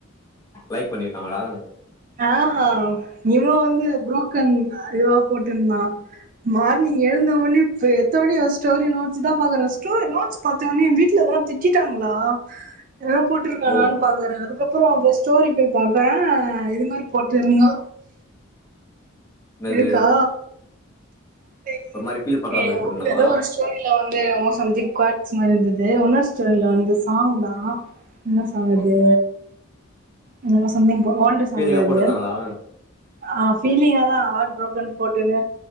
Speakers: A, on the left; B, on the right.
A: லைக் பண்ணிருக்காங்ளா
B: ஆ ஹா நீம வந்து ப்ரோ <unintelligible> இவா போட்ருந்தா மார்னிங் எழுந்த ஒன்னே எத்தோனே ஸ்டோரி நோட்ஸ் தா பாக்கறா ஸ்டோர் நோட்ஸ் பாத்தோனே எ வீட்லதா திட்டிட்டாங்ளா எதனா போட்ருக்கானானு
A: ஓ
B: பாக்றே அதுக்கப்றோ <unintelligible> ஸ்டோரி போய் பாக்கற இது மாரி போட்டுருந்தா
A: என்னது
B: இருக்கா <unintelligible>
A: ஒரு மாரி ஃபீல் பண்ற மாரி போட்ருந்தாங்களா
B: எதோ ஒரு ஸ்டோரில வந் <unintelligible> சம்திங் கோட்ஸ் மாரிருந்தது <unintelligible> சாங் தா என்ன சாங்கது
A: ஓகே
B: என்னமோ சம்திங் போ ஓல்டு சாங்கு
A: பீலிங்கா
B: அது
A: போட்ருந்தாங்களா
B: ஆ பீலிங்கா தா ஹார்ட் ப்ரோக்கன் போட்டுன்னு